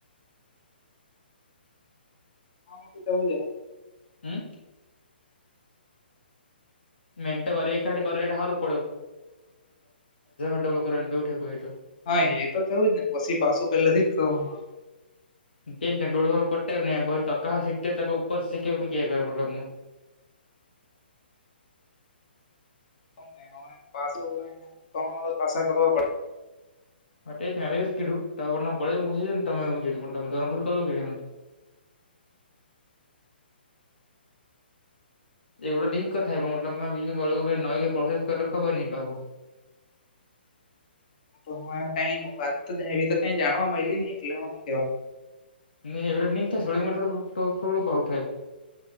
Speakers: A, on the left (about 45°); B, on the left (about 70°).
A: હ તો તેવું જ
B: હમ મે તો કહ્યું એકહાથે કરે તો સારું પડ <unintelligible> પહિ તો.
A: હા, એ તો થયું જ ને! પસી પાસું પેલેથી જ કવાનું આવે. હે
B: <inaudible> એ જે ને, ડોડ વરહ ઉપર થયુને પણ ટકા સીટેર ટકા ઉપર સી કે એવું કયા કરે મતલબમાં
A: <unintelligible> પાસુ, ત્રણ વરહ પાસા કરવા પડ
B: હા ટે સાહેબે એવું જ કીધું, તમારું નામ કોલેજમાં પૂછી જોજો ને, તમે જે છે મતલબમાં ધરમ પૂરું કરલુ ઘીરે એવડો લિંક થાય પણ બીજું કંઇ માલોવ મતલબમાં નવી કોઇ પ્રોસેસ કર ખબર નહિ પાહુ.
A: હું તો કઈ વાત તો જ એવી તો કઈ જાણવા મયલી નહી, એટલે હુ સુ કેવા?
B: ની એવરેજ ની થાય? છોડીને <unintelligible> થોડું ભાવ થાય